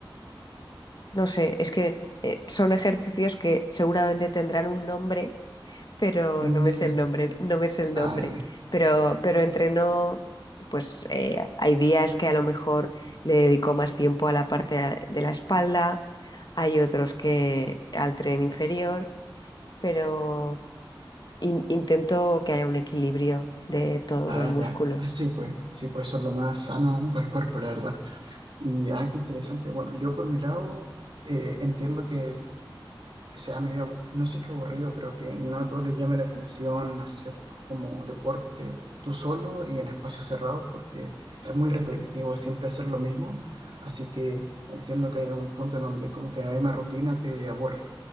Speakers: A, on the left; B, on the right.
A: no sé, es que eh, son ejercicios que seguramente tendrán un nombre, pero
B: Mm,
A: no me sé el nombre, no me sé el
B: ah,
A: nombre.
B: ya,
A: Pero, pero entreno, pues eh, hay días que a lo mejor le dedico más tiempo a la parte a- de la espalda, hay otros que al tren inferior, pero in- intento que haya un equilibrio de todos
B: Ah,
A: los músculos.
B: ya. Así pues, sí, pues eso es lo más sano aún para el cuerpo, la verdad. Y, ah, qué interesante. Bueno, yo por mi lado eh, entiendo que sea medio, abu- no sé qué aburrido, pero que no a todos les llame la atención hacer como deporte tú solo y en espacios cerrados, porque es muy repetitivo, es siempre hacer lo mismo. Así que entiendo que hay un punto en donde como que hay una rutina te aburre.